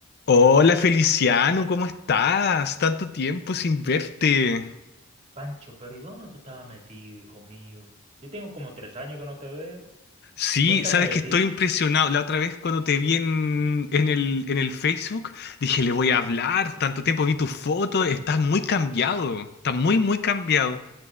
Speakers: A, on the left; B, on the right.
A: Hola Feliciano, ¿cómo estás? Tanto tiempo sin verte.
B: Pancho, pero ¿y dónde tú estabas metido, hijo mío? Yo tengo como tres años que no te veo.
A: Sí,
B: Cuéntame
A: sabes
B: de
A: que
B: ti.
A: estoy impresionado. La otra vez cuando te vi en, en el, en el Facebook, dije, le voy
B: Ujú.
A: a hablar. Tanto tiempo vi tu foto, estás muy cambiado. Estás muy, muy cambiado.